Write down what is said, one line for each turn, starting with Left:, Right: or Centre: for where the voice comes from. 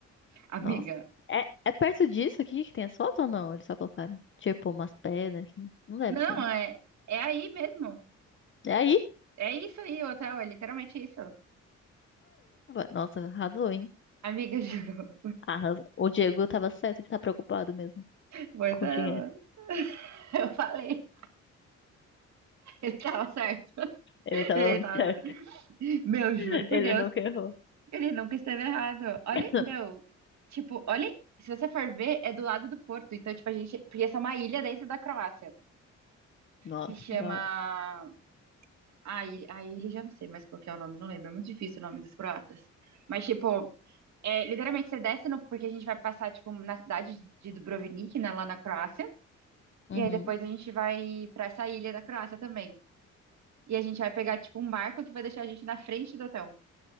Right: Amiga.
Left: Nossa. É, é perto disso aqui que tem as fotos ou não? Eles só colocaram, tipo, umas pedras aqui. Não deve
Right: Não,
Left: ser, né?
Right: é, é aí mesmo.
Left: É aí?
Right: É isso aí, o hotel, é literalmente isso.
Left: Nossa, arrasou, hein?
Right: Amiga, <laughs> juro.
Left: Arrasou. O Diego tava certo de estar preocupado mesmo
Right: Pois
Left: com
Right: é,
Left: o dinheiro.
Right: mano. <laughs> Eu falei. <laughs> Ele tava certo.
Left: Ele
Right: Ele
Left: tava muito
Right: tava.
Left: certo.
Right: Meu, juro
Left: <laughs>
Right: por
Left: Ele
Right: Deus,
Left: nunca errou.
Right: ele nunca esteve errado. Olha,
Left: <laughs>
Right: meu, tipo, olha. Se você for ver, é do lado do Porto. Então, tipo, a gente. Porque essa é uma ilha dentro da Croácia,
Left: Nossa,
Right: que chama.
Left: da hora.
Right: A ilha, a ilha já não sei mais qual que é o nome, não lembro. É muito difícil o nome dos croatas. Mas, tipo, é, literalmente você desce no. Porque a gente vai passar, tipo, na cidade de Dubrovnik, né, lá na Croácia.
Left: Uhum.
Right: E aí depois a gente vai pra essa ilha da Croácia também. E a gente vai pegar, tipo, um barco que vai deixar a gente na frente do hotel.